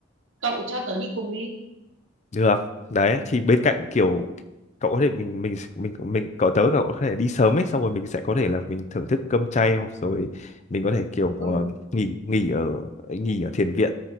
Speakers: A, on the right; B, on the left.
A: cậu cho tớ đi cùng đi.
B: Được. Đấy thì bên cạnh kiểu cậu có thể mình mình mình mình cậu tới cậu có thể đi sớm ấy xong rồi mình sẽ có thể là mình thưởng thức cơm chay hoặc rồi mình có thể kiểu
A: Ừ,
B: ờ, nghỉ nghỉ ở nghỉ ở thiền viện.